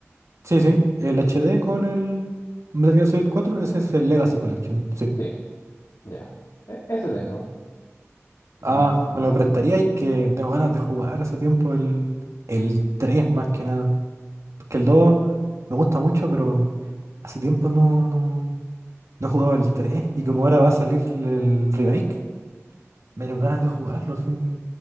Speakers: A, on the right (about 75°); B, on the left (about 80°).
A: Sí, sí. El HD con el Metal Gear Solid 4. Ese es el Legacy Collection. Sí.
B: Sí, ya. E- ese tengo.
A: Ah,
B: Mm, ¿Te
A: me lo
B: sirve?
A: prestaría y que tengo ganas de jugar hace tiempo el, el 3 más que nada. Porque el 2 me gusta mucho, pero hace tiempo no, no, no jugaba el tres Y como ahora va a salir el remake, me dieron ganas de jugarlo, sí. Me